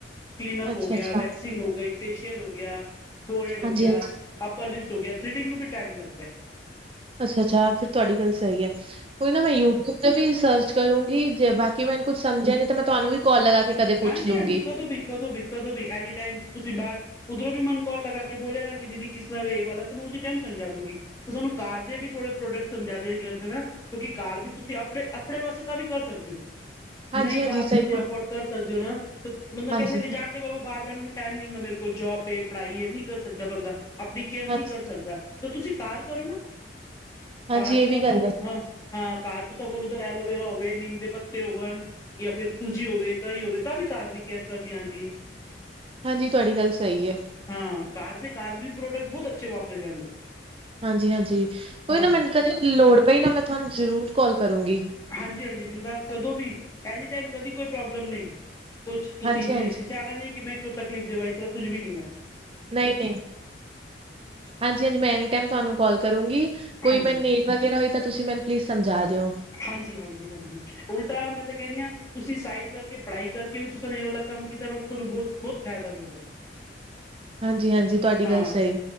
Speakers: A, on the left; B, on the right.
A: ਕਲੀਨਅਪ
B: ਅੱਛਾ-ਅੱਛਾ,
A: ਹੋ ਗਿਆ, ਵੈਕਸਿੰਗ ਹੋ ਗਈ। ਫੇਸ਼ੀਅਲ ਹੋ ਗਿਆ, ਫੋਰਹੈੱਡ ਹੋ
B: ਹਾਂਜੀ-ਹਾਂਜੀ,
A: ਗਿਆ, ਅੱਪਰ ਲਿਪਸ ਹੋ ਗਿਆ, ਥਰੈਡਿੰਗ ਨੂੰ ਵੀ ਟਾਇਮ ਲੱਗਦਾ।
B: ਅੱਛਾ-ਅੱਛਾ ਫਿਰ ਤੁਹਾਡੀ ਗੱਲ ਸਹੀ ਹੈ ਕੋਈ ਨਾ ਮੈਂ ਯੂਟਿਊਬ ਤੇ ਵੀ ਸਰਚ ਕਰੂੰਗੀ। ਜੇ ਬਾਕੀ ਮੈਂਨੂੰ ਕੁੱਝ ਸਮਝਿਆ ਨਹੀ ਤਾਂ ਮੈਂ ਤੁਹਾਨੂੰ ਵੀ ਕਾਲ ਲਗਾ ਕੇ ਕਦੇ ਪੁੱਛ
A: ਹਾਂਜੀ-ਹਾਂਜੀ
B: ਲੂੰਗੀ।
A: ਕਦੋਂ ਵੀ ਕਦੋਂ ਵੀ ਕਦੋਂ ਵੀ ਐਨੀ ਟਾਈਮ ਤੁਸੀਂ ਬਾਹਰ ਉਧਰੋਂ ਵੀ ਮਨ ਕਾਲ ਲਗਾ ਕੇ ਬੋਲਿਆ ਨਾ ਕਿ ਦੀਦੀ ਕਿਸ ਤਰ੍ਹਾਂ ਇਹ ਵਾਲਾ ਮੈਂ ਉਸੇ ਟਾਈਮ ਸਮਝਾ ਦੂਗੀ। ਸਾਨੂੰ ਕਾਰ ਦੇ ਵੀ ਥੋੜੇ ਪ੍ਰੋਡਕਟ ਸਮਝਾ ਦੇ ਕਰਕੇ ਨਾ ਕਿਉਂਕਿ ਕਾਰ ਵੀ ਤੁਸੀਂ ਆਪਣੇ ਆਪਣੇ ਵਾਸਤੇ ਤਾਂ ਵੀ ਕਰ ਸਕਦੇ ਹੋ
B: ਹਾਂਜੀ-ਹਾਂਜੀ,
A: ਨਹੀਂ ਬਾਹਰ
B: ਸਹੀ
A: ਤੁਸੀਂ
B: ਬੋਲ
A: ਅਫੋਰਡ ਕਰ ਤੇ ਮਤਲਬ
B: ਹਾਂਜੀ,
A: ਕਹਿੰਦੇ ਕਿ ਜਾਣਦੇ ਬਾਹਰ ਜਾਣ ਦਾ ਟਾਈਮ ਨੀਗਾ ਮੇਰੇ ਕੋਲ ਜੋਬ ਏ ਪੜ੍ਹਾਈ ਹੈ, ਨਹੀਂ ਕਰ ਸਕਦਾ ਬੰਦਾ ਆਪਣੀ ਕੇਅਰ ਨਹੀਂ
B: ਹਾਂਜੀ,
A: ਕਰ ਸਕਦਾ ਤਾਂ ਤੁਸੀਂ ਘਰ ਕਰੋ ਨਾ,
B: ਹਾਂਜੀ
A: ਘਰ
B: ਇਹ
A: ਤੁਸਾਂ
B: ਵੀ
A: ਕੋਲ
B: ਗੱਲ ਐ,
A: ਹਾਂ ਹਾਂ ਘਰ ਤੋਂ ਸਗਲ ਉਧਰ ਐਲੋਵੇਰਾ ਹੋਵੇ, ਨਿੰਮ ਦੇ ਪੱਤੇ ਹੋਵਣ ਜਾਂ ਫਿਰ ਸੂਜੀ ਹੋਵੇ ਹੀ ਹੋਵੇ ਤਾਂ ਵੀ ਘਰ ਦੀ ਕੇਅਰ ਕਰਨੀ ਆਂਦੀ।
B: ਹਾਂਜੀ ਤੁਹਾਡੀ ਗੱਲ ਸਹੀ ਹੈ।
A: ਹਾਂ ਕਾਰ ਦੇ ਕਾਰ ਵੀ ਪ੍ਰੋਡਕਟ ਬਹੁਤ ਅੱਛੇ ਵਾਪਰੇ ਜਾਂਦੇ।
B: ਹਾਂਜੀ-ਹਾਂਜੀ ਕੋਈ
A: ਹਾਂ
B: ਨਾ ਮੈਨੂੰ ਕਦੇ ਲੋੜ ਪਈ ਨਾ ਮੈਂ ਤੁਹਾਨੂੰ ਜ਼ਰੂਰ ਕੌਲ ਕਰੂੰਗੀ।
A: ਹਾਂਜੀ-ਹਾਂਜੀ ਬਿਦਾਸ ਕਦੋਂ ਵੀ ਐਨੀ ਟਾਈਮ ਕਦੀ ਕੋਈ ਪ੍ਰੋਬਲਮ ਨਹੀਂ। ਕੁਛ ਤੁਸੀਂ
B: ਹਾਂਜੀ-ਹਾਂਜੀ
A: ਚਾੜਣਾ ਨਹੀਂ ਕਿ ਮੈਂ ਕਿਉਂ ਤਕਲੀਫ਼ ਦੇਵਾ ਇਸ ਤਰ੍ਹਾਂ ਕੁੱਝ ਵੀ ਨੀਗਾ।
B: ਨਹੀਂ-ਨਹੀਂ, ਹਾਂਜੀ-ਹਾਂਜੀ ਮੈਂ ਐਨੀ ਟਾਈਮ ਤੁਹਾਨੂੰ ਕਾਲ ਕਰੂੰਗੀ ਕੋਈ
A: ਹਾਂਜੀ
B: ਮੈ ਨੇਕ ਵ ਫੇਰ ਹੋਈ ਤਾਂ ਤੁਸੀਂ ਮੈਨੂੰ ਪਲੀਜ਼ ਸਮਝਾ ਦਿਓ।
A: ਹਾਂਜੀ-ਹਾਂਜੀ ਹਾਂਜੀ ਉਲਟਾ ਮੈਂ ਤਾਂ ਕਹਿਦੀ ਹਾਂ ਤੁਸੀਂ ਸਾਈਡ ਕਰਕੇ ਪੜ੍ਹਾਈ ਕਰਕੇ ਵੀ ਤੁਸੀਂ ਨੇ ਇਹ ਵਾਲਾ ਕੰਮ ਕੀਤਾ ਨਾ ਤੁਾਨੂੰ ਬਹੁਤ ਬਹੁਤ ਫਾਇਦਾ ਵੀ ਉਹਦਾ।
B: ਹਾਂਜੀ ਹਾਂਜੀ ਤੁਹਾਡੀ
A: ਹਾਂ
B: ਗੱਲ ਸਹੀ।